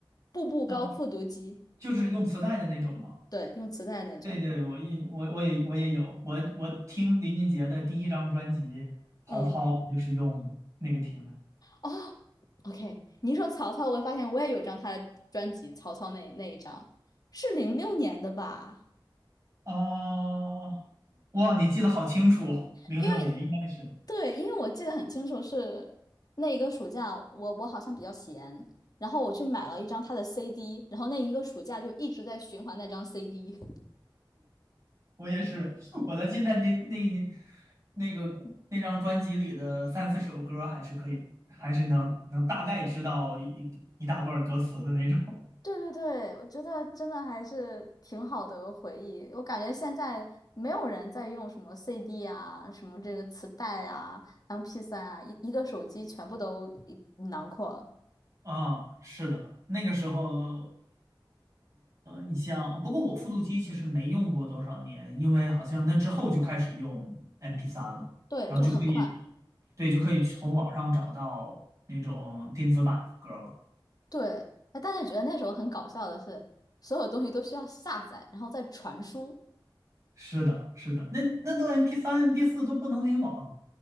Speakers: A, on the left; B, on the right.
A: 步步高复读机，
B: <laughs> 啊，就是用磁带的那种嘛。
A: 对，用磁带那种，
B: 对对，我也我我也我也有，我我听林俊杰的第一张专辑《逃跑》，
A: 嗯，
B: 我就是用那个听的
A: 哦，OK，你一说曹操，我发现我也有张他的专辑，曹操那那一张是零六年的吧？
B: 啊。哇，你记得好清楚，零六年应该是
A: 因为对，因为我记得很清楚是那一个暑假，我我好像比较闲，然后我去买了一张他的 CD，然后那一个暑假就一直在循环那张 CD。<laughs>
B: 我也是，<laughs> 我的记得那那那个那张专辑里的三四首歌还是可以，还是能能大概知道一一大段歌词的那种。
A: 对对对，我觉得真的还是挺好的回忆。我感觉现在没有人在用什么 CD 啊，什么这个磁带啊 m p 三啊，一一个手机全部都一囊括了。
B: <laughs> 啊，是的，那个时候。你像，不过我复读机其实没用过多少年，因为好像那之后就开始用 MP3 了，
A: 对，
B: 然后就可以，
A: 就很快。
B: 对，就可以从网上找到那种电子版的歌了。
A: 对，哎，但是觉得那时候很搞笑的是，所有东西都需要下载，然后再传输。
B: 是的，是的，那那都 MP3、MP4 都不能联网